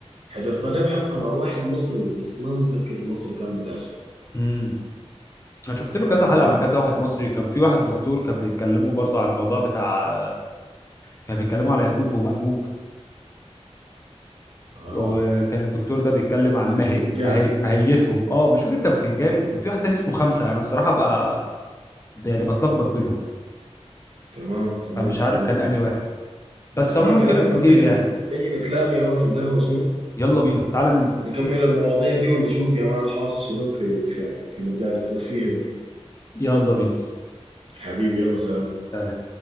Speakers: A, on the right; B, on the left.
A: حضرت له حلقه مع واحد مصري بس ما متذكر المصري كان بتاع شنو
B: امم انا شفت له
A: ما
B: كذا
A: والله
B: حلقه مع
A: نسيت
B: كذا واحد
A: يعني
B: مصري كان في واحد دكتور كان بيتكلموا برضه على الموضوع بتاع كان بيتكلموا على ياجوج وماجوج
A: اه
B: وكان الدكتور ده بيتكلم عن
A: الفنجان
B: ماهي ماهي ماهيتهم اه مش فاكر كان فنجان وفي واحد تاني اسمه خمسه انا الصراحه بقى يعني بتلخبط بينهم
A: تمام تمام
B: فمش عارف
A: تمام
B: كان انهي
A: تمام
B: واحد بس
A: اسمع
B: عموما
A: كلامي
B: في ناس
A: ما
B: كتير
A: تجي
B: يعني
A: تجي نتلاقى يا مان في القهوه شنو
B: يلا بينا تعالى ننزل
A: نكمل المواضيع دي ونشوف يا مان حاصل شنو في في في مجال الترفيه ده
B: يلا بينا
A: حبيبي يلا سلام
B: تعالى